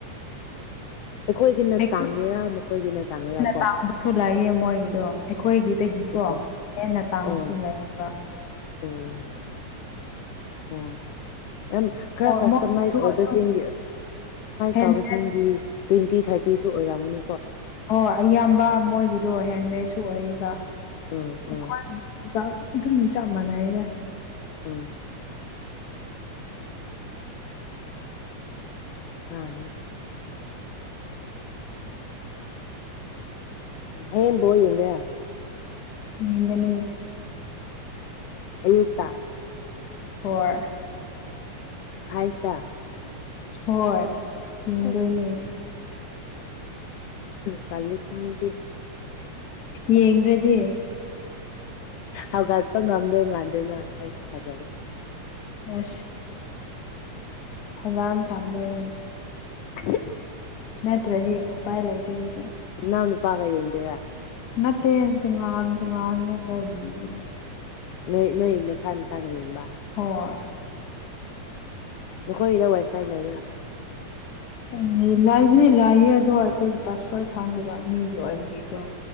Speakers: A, on the left; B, on the left.
A: ꯑꯩꯈꯣꯏꯒꯤꯅ
B: ꯃ
A: ꯇꯥꯡꯒꯦꯔꯥ ꯃꯈꯣꯏꯒꯤꯅ ꯇꯥꯡꯒꯦꯔꯥ ꯀꯣ
B: ꯇꯥꯡ ꯂꯥꯛꯑ ꯃꯣꯏꯒꯤꯗꯣ ꯑꯩꯈꯣꯏꯒꯤꯗꯒꯤꯀꯣ
A: ꯑꯣ
B: ꯍꯦꯟꯅ ꯇꯥꯡꯕꯁꯨ
A: ꯑꯣ
B: ꯂꯩꯥꯛꯑꯕ
A: ꯑꯣ ꯑꯣ ꯑ ꯈꯔ
B: ꯍꯣꯏ
A: ꯀꯁꯇꯃꯥꯏꯁ
B: ꯃꯣꯏꯒꯤꯁꯨ
A: ꯑꯣꯏꯕꯁꯤꯡ
B: ꯑꯗꯨꯝ ꯍꯦꯟꯃꯦꯠ
A: ꯇꯁꯤꯡ ꯇ꯭ꯋꯦꯟꯇꯤ ꯊꯥꯔꯇꯤꯁꯨ ꯑꯣꯏꯔꯝꯅꯤ
B: ꯑꯣ ꯑꯌꯥꯝꯕ ꯃꯣꯏꯒꯤꯗꯣ ꯍꯦꯟꯃꯦꯦꯠꯁꯨ ꯑꯣꯏꯕ
A: ꯎꯝ
B: ꯑꯩꯈꯣꯏ
A: ꯎꯝ
B: ꯑꯗꯨꯝ ꯆꯞ ꯃꯥꯟꯅꯩ ꯑꯩꯅ
A: ꯎꯝ ꯐꯦ ꯐꯦ ꯎꯝ ꯍ ꯄ ꯌꯦꯉ
B: ꯌꯦꯡꯒꯅꯤ
A: ꯑꯌꯛꯇ
B: ꯍꯣꯏ
A: ꯐꯥꯏꯚ ꯇ
B: ꯍꯣꯏ ꯌꯦꯡꯗꯣꯏꯅꯦ
A: ꯑꯁ ꯀꯜꯂ ꯈꯃꯤꯗꯦ
B: ꯌꯦꯡ꯭ꯔꯗꯤ
A: ꯍꯧꯒꯠꯄ ꯉꯝꯗꯣꯏ ꯃꯥꯟꯗ ꯅꯪ ꯑꯩ ꯊꯥꯖꯔꯦ
B: ꯑꯁ ꯑꯣꯖꯥ ꯑꯃ ꯊꯥꯝꯗꯣꯏꯅꯦ
A: <unintelligible>
B: ꯅꯠꯇ꯭ꯔꯖꯤ ꯎꯥꯏ ꯂꯩꯇꯁꯨꯦ
A: ꯅꯪ ꯅꯨꯄꯥꯒ ꯌꯦꯡꯗꯔ
B: ꯅꯠꯇꯦ ꯇꯣꯉꯥꯟ ꯇꯣꯉꯜꯂꯒ ꯌꯦꯕꯅꯦ
A: ꯅꯣꯏ ꯅꯣꯏꯗ ꯁꯥꯟꯅ ꯁꯅ ꯌꯦꯡꯕ
B: ꯍꯣꯏ
A: ꯅꯈꯣꯏꯒꯤꯗ ꯋꯥꯏꯐꯥꯏ ꯂꯩꯕ꯭ꯔꯥ
B: ꯑꯗꯨꯗꯤ ꯂꯥꯏꯕꯗꯤ ꯂꯥꯏꯌꯦ ꯑꯗꯣ ꯑꯩꯈꯣꯏꯒꯤ ꯄꯥꯁꯄꯠ ꯈꯥꯡꯗꯕ ꯃꯤꯒꯤ ꯑꯣꯏꯕꯒꯤꯀꯣ